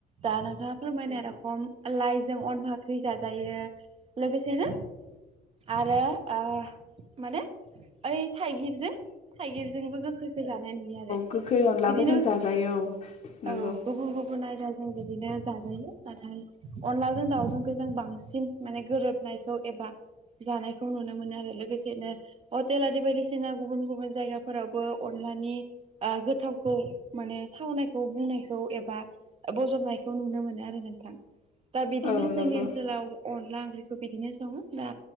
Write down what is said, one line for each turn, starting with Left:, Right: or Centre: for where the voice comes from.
Right: दा नोंथाङा फोरमायनाय रखम लाइजों अन फाख्रि जाजायो लोगोसेनो आरो ओ माने ओइ थाइगिर जे थाइगिरजोंबो गोखैखो जानाय नुयो आरो।
Left: गोखै औ गोखै अनलाबो
Right: बिदिनो
Left: जों जाजायो औ नंगौ
Right: औ गुबुन गुबुन आयदाजों बिदिनो जाजायो नाथाय अनलाजों दाउजोंखौ जों बांसिन माने गोरोबनायखौ एबा जानायखौ नुनो मोनो आरो लोगोसेनो हटेल आरि बायदिसिना गुबुन गुबुन जायगाफोरावबो अनलानि ओ गोथावखौ माने थावनायखौ बुंनायखौ एबा बजबनायखौ नुनो मोनो आरो नोंथां। दा बिदिनो
Left: औ
Right: जोंनि
Left: नंगौ
Right: ओनसोलाव अनला ओंख्रिखौ बिदिनो सङो दा